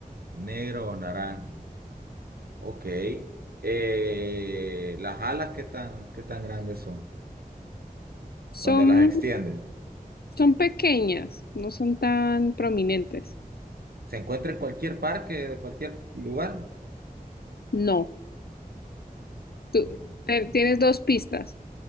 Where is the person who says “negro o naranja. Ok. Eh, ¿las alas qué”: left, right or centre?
Right